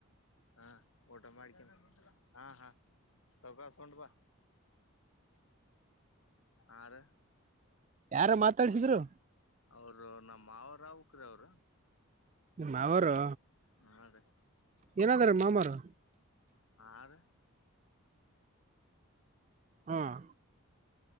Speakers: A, on the left; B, on the right.
A: ಹಾ ಊಟ ಮಾಡ್ಕೇನಿ ಹಾ ಹಾ ಸ್ವ ಪೊಂಡವಾ ಆರ
B: ಯಾರ ಮಾತಾಡ್ಸಿದ್ರು
A: ಅವರು ನಮ್ಮ ಮಾವರಾವುಕ್ರಿ ಅವರು.
B: ನಿಮ್ ಮಾವರು
A: ಹಾ ಅದೇ
B: ಏನಾದ್ರ ಮಾಮರು
A: ಆರ
B: ಹ್ಮ್